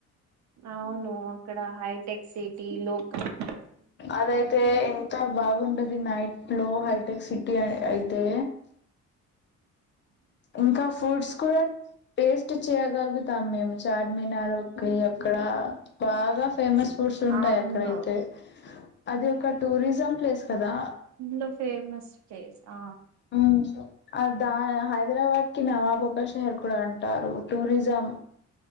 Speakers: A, on the right; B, on the left.
A: అవును అక్కడ హైటెక్ సిటీ లోకల్ల్
B: అదయితే ఎంత బాగుంటది నైట్ లో హైటెక్ సిటీ అయితే ఇంకా ఫ్రూట్స్ కూడా టేస్ట్ చేయగలుగుతాం మేము చార్మినార్ ఒక ఎక్కడ బాగా ఫేమస్ ఫుడ్స్ ఉంటాయి
A: అవును
B: అక్కడైతే అది ఒక టూరిజం ప్లేస్ కదా
A: మ ఫేమస్ ప్లేస్ ఆ
B: అవు ఆ దా హైదరాబాద్ కి నవాబ్ ఒక షహర్ కూడా ఉంటారు టూరిజం